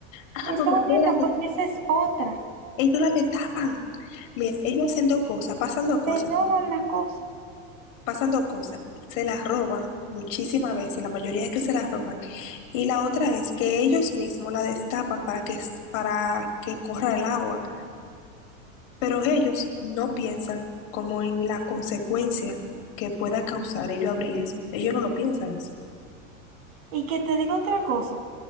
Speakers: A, on the left; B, on the right.
A: Ah,
B: Estaba
A: porque espérate,
B: abierta porque esa es otra.
A: ellos la destapan. Mira, ellos hacen dos cosas, pasan dos cosas.
B: Se roban las cosas.
A: pasan dos cosas. Se las roban muchísimas veces, la mayoría que se las roban. Y la otra es que ellos mismos la destapan para que, para que corra el agua, pero ellos no piensan como en la consecuencia que pueda causar ellos abrir eso. Ellos no lo piensan eso.
B: Y que te digo otra cosa,